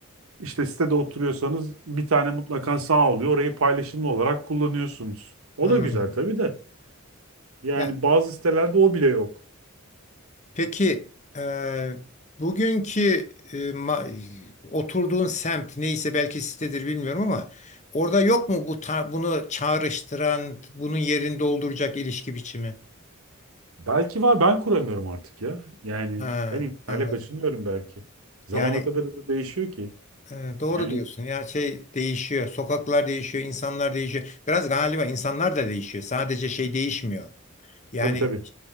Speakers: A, on the right (about 75°); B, on the left (about 30°).
A: işte sitede oturuyorsanız bir tane mutlaka sağ oluyor. Orayı paylaşımlı olarak kullanıyorsunuz. O
B: Hmm.
A: da güzel tabii de. Yani
B: Ya
A: bazı sitelerde o bile yok.
B: peki e, bugünkü e, ma- oturduğun semt neyse belki sitedir bilmiyorum ama orada yok mu bu ta- bunu çağrıştıran, bunun yerini dolduracak ilişki biçimi?
A: Belki var ben kuramıyorum artık ya. Yani
B: Ha,
A: ben internetle
B: anladım.
A: kaçınıyorum belki. Zaman
B: Yani
A: o kadar hızlı değişiyor ki.
B: Ee, doğru
A: Yani
B: diyorsun. Ya şey değişiyor. Sokaklar değişiyor, insanlar değişiyor. Biraz galiba insanlar da değişiyor. Sadece şey değişmiyor. Yani
A: tabii tabii.